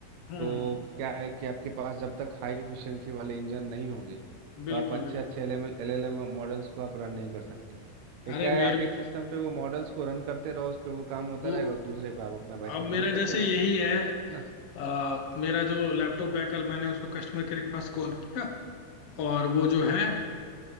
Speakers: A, on the left; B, on the right.
A: हम्म,
B: तो क्या है कि आपके पास जब तक हाई एफिशिएंसी वाले इंजन नहीं होगी तो
A: बिल्कुल
B: आप अच्छे
A: बिल्कुल
B: अच्छे एल एम एल एल एम मॉडल्स को आप रन नहीं कर सकते तो
A: अरे
B: क्या
A: मेरे
B: है आप एक सिस्टम पे वो मॉडल्स को रन करते रहो उस पे वो काम होता
A: तो
B: रहेगा और दूसरे पे आप अपना बैठ
A: अब
B: के काम
A: मेरा
B: करते
A: जैसे
B: रहो
A: यही
B: है
A: है
B: ना
A: आ, मेरा जो लैपटॉप है कल मैंने उसको कस्टमर केयर के पास कॉल किया और वो जो है